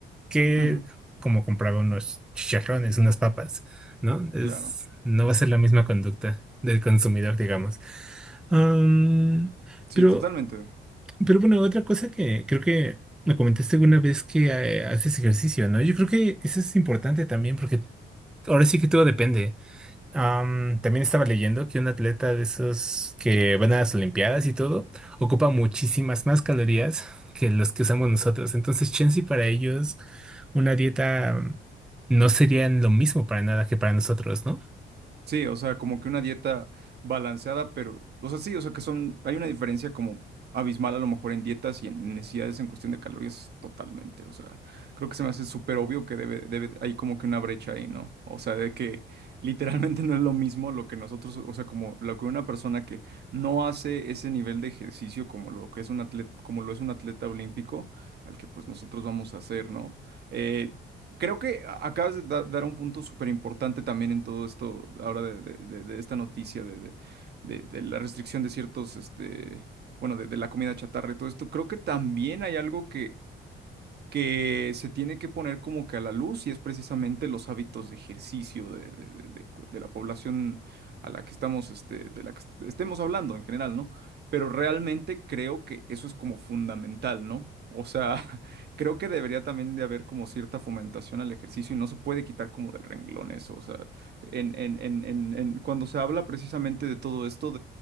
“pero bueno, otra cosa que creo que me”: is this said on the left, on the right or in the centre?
Centre